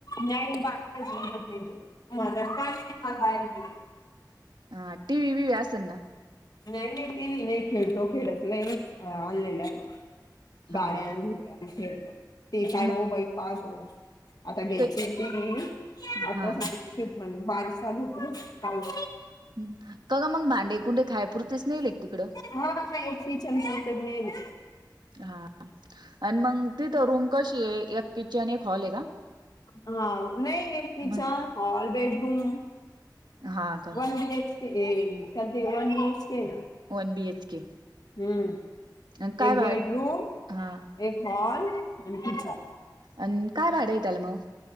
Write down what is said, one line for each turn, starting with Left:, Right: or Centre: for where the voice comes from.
Left: नाही बाहेरत नाही तो मला का बाहेर गे.
Right: हा टी वि वि व्यासना.
Left: नाही नाही ती मी नाही खेळतो खेळतलाय आणलेलं आहे.
Right: हा
Left: गाड्या
Right: का
Left: घोड्यान खेळतो. ते काय
Right: मग
Left: मोबाईल पाहतो. आता घ्यायचीती
Right: ते
Left: मी आता
Right: हा हा
Left: सगण बारीश चालू होती ना. पाऊस.
Right: हम्म. काग मग भांडे कुंडे खायपुरतेच नेयले का तिकडं?
Left: हा य कीचन बंतात नेमले. <unintelligible>
Right: हा. आणि मग तिथ रूम कशी आहे? एक किचन एक हॉल आहे ना?
Left: हा नाही किचन,
Right: मग
Left: हॉल, बेडरूम.
Right: हा का
Left: वन बी एच के, कधी वन बीएच के ना.
Right: One B H K.
Left: हम्म.
Right: आणि काय
Left: एक
Right: भा
Left: बेडरूम,
Right: हा
Left: एक हॉल आणि किचन.
Right: अन काय भाडंये त्याला मग.